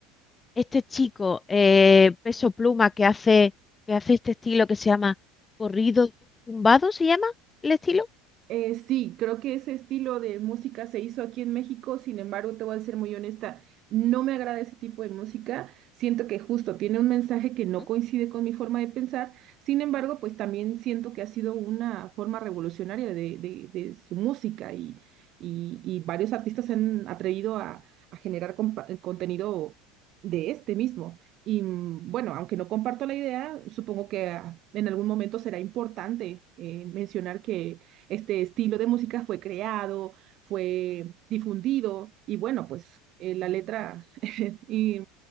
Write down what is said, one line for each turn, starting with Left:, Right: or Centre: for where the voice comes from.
Left: este chico, eh, Peso Pluma, que hace, que hace este estilo que se llama corrido tumbado, ¿se llama el estilo?
Right: Eh, sí, creo que ese estilo de música se hizo aquí en México, sin embargo, te voy a ser muy honesta, no me agrada ese tipo de música, siento que justo tiene un mensaje que no
Left: ¿Mm?
Right: coincide con mi forma de pensar, sin embargo, pues también siento que ha sido una forma revolucionaria de, de- de su música y, y, y varios artistas se
Left: Ujú.
Right: han atrevido a, a generar compa- contenido de este mismo. Y mm, bueno, aunque no comparto la idea, supongo que ah, en algún momento será importante eh, mencionar que este estilo de música fue creado, fue difundido y bueno, pues eh, la letra, <laughs> y,